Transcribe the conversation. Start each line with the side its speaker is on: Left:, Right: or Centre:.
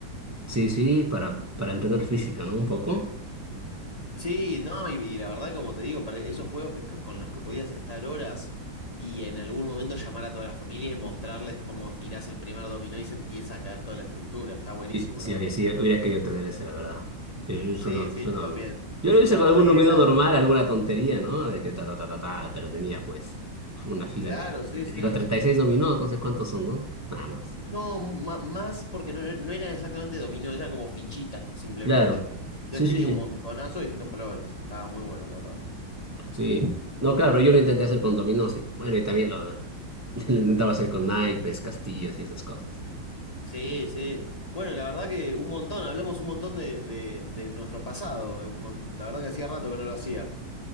Right: Sí, sí, para, para entender física, ¿no? Un poco.
Left: Sí, no, y, y la verdad, como te digo, para esos juegos que, con los que podías estar horas y en algún momento llamar a toda la familia y mostrarles cómo tirás el primer dominó y se empieza a caer toda la estructura. Está buenísimo,
Right: Sí, sí,
Left: la verdad.
Right: oye, sí, hubiera querido tener ese, la verdad. Sí,
Left: Sí,
Right: suena,
Left: sí,
Right: suena.
Left: yo también.
Right: Yo lo hice
Left: La
Right: con
Left: verdad
Right: algún
Left: que
Right: ruido
Left: está.
Right: normal, alguna tontería, ¿no? De que ta, ta, ta, ta, ta, pero tenía pues una fila
Left: Claro,
Right: de,
Left: sí,
Right: que te
Left: sí.
Right: digo, 36 dominó, no sé cuántos son, ¿no? Nada más.
Left: No, ma- más porque no, no eran exactamente dominó, eran como fichitas simplemente.
Right: Claro.
Left: Entonces
Right: Sí, sí,
Left: tenía
Right: sí.
Left: un montonazo de distintos colores. Estaba muy bueno, la verdad.
Right: Sí. No, claro, pero yo lo intenté hacer con dominó, sí. Bueno, y también lo, <laughs> lo intentaba hacer con naipes, castillos y esas cosas.
Left: Sí, sí. Bueno, la verdad que un montón, hablamos un montón de, de- de nuestro pasado. eh, Un mon- La verdad que hacía rato que no lo hacía.